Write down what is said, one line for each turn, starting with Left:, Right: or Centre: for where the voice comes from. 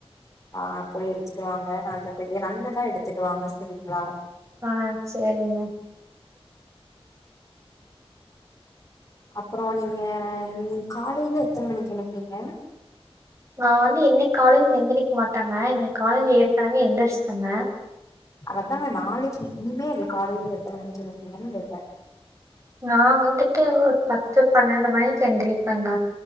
Left: ஆ போய் எடுத்துட்டு வாங்க நல்ல படியா நல்லதா எடுத்துட்டு வாங்க சரிங்களா
Right: ஆ சேரிங்க
Left: அப்றோ நீங்க இன்னிக் காலையில எத்தன் மணிக்கு எழுப்வீங்க
Right: நா வந்து இன்னிக் காலைல எந்திரிக் மாட்டாங்க இன்னிக் காலைல ஏற்கனவே எந்திரிச்டாங்க
Left: அததா நாளைக்கி இனிமேல் காலைல எத்தன மணிக்கு எழுப்பீங்கன் கேட்டே
Right: நா வந்துட்டு ஒரு பத்து பண்ணெண்டு மணிக்கு எந்திரிப்பேங்க